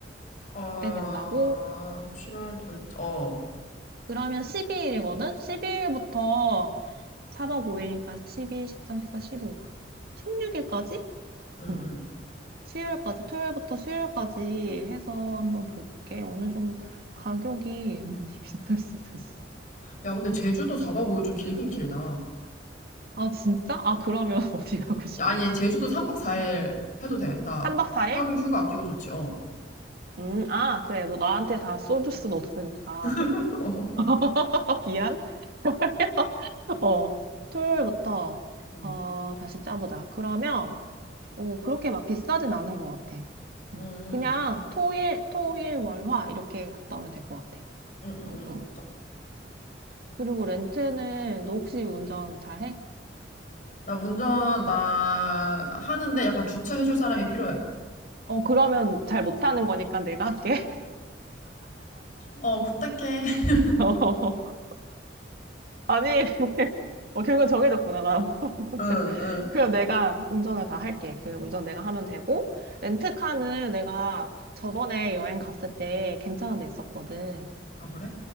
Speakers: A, on the left; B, on the right.
A: 아,
B: 그때 된다고?
A: 7월 둘, 어,
B: 그러면 12일이거든? 12일부터 4박 5일이니까 12, 13, 14, 15, 16일까지?
A: 응,
B: 응.
A: 응.
B: 수요일까지, 토요일부터 수요일까지 해서 한번 볼게. 어느 정도 가격이 많이 <laughs> 비쌀 수도 있어.
A: 야, 근데 제주도 4박 5일 좀 길긴 길다.
B: 아, 진짜? 아, 그러면 <laughs> 어디 가고 싶은데?
A: 야, 아니, 제주도 3박 4일 해도 돼. 나
B: 3박 4일?
A: 하루 휴가 아끼고 좋지, 어.
B: 음, 아, 그래. 너 나한테 다 쏠줄 수는 없으니까.
A: <laughs>
B: <laughs> 미안. <laughs> 그러면, 어, 토요일부터,
A: 응,
B: 어, 다시 짜보자. 그러면, 오 그렇게 막 비싸진 않은 것 같아. 응.
A: 응,
B: 그냥 토일, 토일, 월, 화 이렇게 갔다 오면 될 것 같아.
A: 응, 응,
B: 응,
A: 응, 그러자.
B: 응. 그리고 렌트는 너 혹시 운전 잘해?
A: 나 운전, 나 하는데 약간 주차해줄 사람이 필요해.
B: 어, 그러면 잘 못하는 거니까 내가 할게.
A: 어, 부탁해. <laughs>
B: <laughs> 어, 아니, <laughs> 어, 결국은 정해졌구나, 나. <laughs>
A: 응, 응.
B: 그럼 내가 운전을 다 할게. 그 운전 내가 하면 되고, 렌트카는 내가 저번에 여행 갔을 때 괜찮은 데 있었거든.
A: 아, 그래?